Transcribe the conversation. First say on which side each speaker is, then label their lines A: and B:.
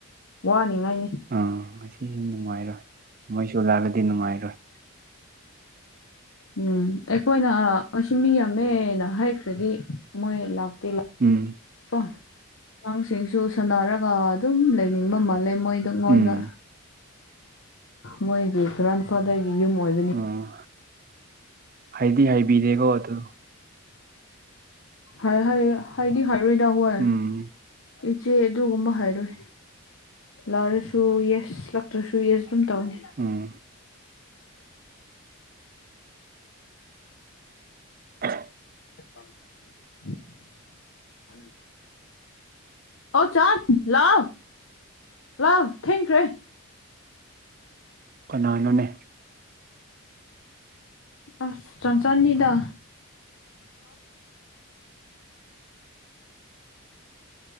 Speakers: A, on the left (about 65°); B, on the right (about 40°).
A: ꯋꯥꯅꯤꯉꯥꯏꯅꯤ
B: ꯑꯥ ꯉꯁꯤ ꯅꯨꯡꯉꯥꯏꯔꯣꯏ ꯃꯣꯏꯁꯨ ꯂꯥꯛꯂꯗꯤ ꯅꯨꯡꯉꯥꯏꯔꯣꯏ
A: ꯎꯝ ꯑꯩꯈꯣꯏꯅ ꯉꯁꯤ ꯃꯤ ꯌꯥꯝꯃꯦꯅ ꯍꯥꯏꯈ꯭ꯔꯗꯤ ꯃꯣꯏ ꯂꯥꯛꯇꯤ ꯂꯥꯛ
B: ꯎꯝ
A: ꯀꯣ ꯑꯉꯥꯡꯁꯤꯡꯁꯨ ꯁꯥꯟꯅꯔꯒ ꯑꯗꯨꯝ ꯂꯩꯅꯤꯡꯕ ꯃꯥꯜꯂꯦ ꯃꯣꯏꯗꯨ ꯑꯩꯉꯣꯟꯗ
B: ꯎꯝ
A: ꯃꯣꯏꯒꯤ ꯒ꯭ꯔꯥꯟꯐꯥꯗꯔꯒꯤ ꯌꯨꯝ ꯑꯣꯏ
B: ꯎꯝ ꯍꯥꯏꯗꯤ ꯍꯥꯏꯕꯤꯗꯦꯀꯣ ꯑꯗꯨ
A: ꯍꯥꯏ ꯍꯥꯏ ꯍꯥꯏꯗꯤ ꯍꯥꯏꯔꯣꯏꯗ ꯃꫭꯏ
B: ꯎꯝ
A: ꯏꯆꯦ ꯑꯗꯨꯒꯨꯝꯕ ꯍꯥꯏꯔꯣꯏ ꯂꯥꯛꯑꯔꯁꯨ ꯌꯦꯁ ꯂꯛꯇ꯭ꯔꯁꯨ ꯌꯦꯁ ꯑꯗꯨꯝ ꯇꯧꯅꯤ
B: ꯎꯝ <unintelligible>
A: <unintelligible> ꯑꯣ ꯆꯥꯟ ꯂꯥꯛꯑꯣ ꯂꯥꯛꯑꯣ ꯊꯦꯡꯈ꯭ꯔꯦ
B: ꯀꯅꯥꯅꯣꯅꯦ
A: ꯑꯁ ꯆꯟꯆꯟꯅꯤꯗ